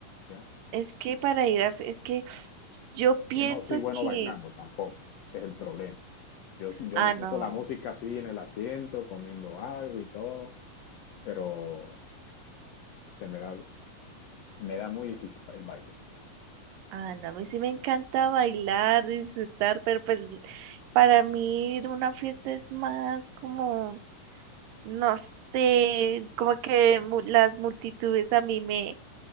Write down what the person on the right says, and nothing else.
es que para ir a, fe- es que yo pienso
que,
ah,
no,
ah, no, a mí sí me encanta bailar, disfrutar, pero pues para mí ir a una fiesta es más como, no sé, como que mu- las multitudes a mí me